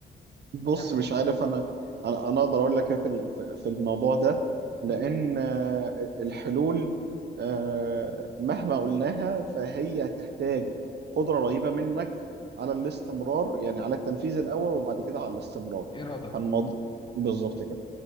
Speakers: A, on the right; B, on the left.
A: بص
B: شايف
A: مش عارف انا انا أنا اقدر اقول لك ايه في ال- في الموضوع ده لان
B: مم.
A: آه، الحلول آه، مهما قلناها فهي تحتاج قدرة رهيبة منك على الاستمرار
B: مم.
A: يعني على التنفيذ الاول وبعد كده على الاستمرار
B: إرادة
A: فالموضوع بالظبط كده